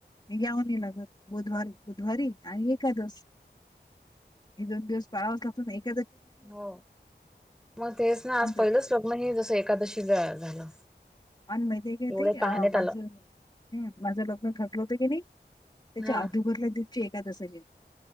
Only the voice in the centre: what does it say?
हो मग तेच ना आज
पहिलंच स्वग्नही जस एकादशी झालं
एवढे
पाहण्यात
आलं
हा